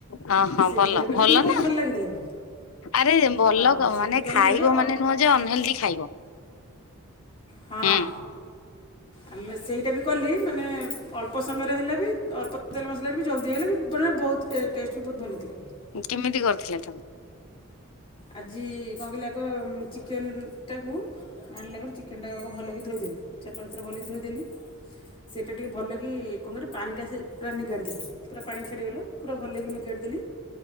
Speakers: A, on the left (about 70°); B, on the left (about 25°).
A: ହଁ ହଁ
B: ସେମିତିଆ
A: ଭଲ
B: ରେ କଲି କିନ୍ତୁ ବହୁତ
A: ନା
B: ଭଲ ଲାଗିଥିଲା ବି।
A: ଆରେ ଭଲ
B: ହଁ
A: କହ,
B: ସେମିତି
A: ମାନେ
B: କଲି
A: ଖାଇବ
B: ବି ଅ ହଁ।
A: ମାନେ ନୁହଁ ଯେ ଅନହେଲଦି ଖାଇବ।
B: ହଁ।
A: ହୁଁ
B: ଆମେ ସେଇଟା ବି କଲି ମାନେ ଅଳ୍ପ ସମୟରେ ହେଲା ବି, ଅଳ୍ପ ତେଲ ମସଲାରେ ବି ଜଲଦି ହେଇଗଲା ବି ବନେ ବହୁତ ଟେ-ଟେଷ୍ଟ ବି ବହୁତ ଭଲ ଥିଲା ବି।
A: ଉଁ, କେମିତି କରିଥିଲେ ତୋମେ?
B: ଆଜି କଣ କହିଲେ ଆଗ ଉଁ, ଚିକେନ୍ ଟା କୁ ଆଣିଲା ପରେ ଚିକେନ୍ ଟା ଆଗ ଭଲକି ଧୋଇଦେଲି ଚାରି ପାଞ୍ଚ ଥର ଭଲକି ଧୋଇଦେଲି। ସେଟା ଟିକେ ଭଲକି କଣ କରିବ ପାଣିଟା ସେ ପୁରା ନିଗାଡି ଦେଲି, ପୁରା ପାଣି ଛାଡିଗଲା। ପୁରା ଭଲିକି ନିଗାଡ଼ି ଦେଲି,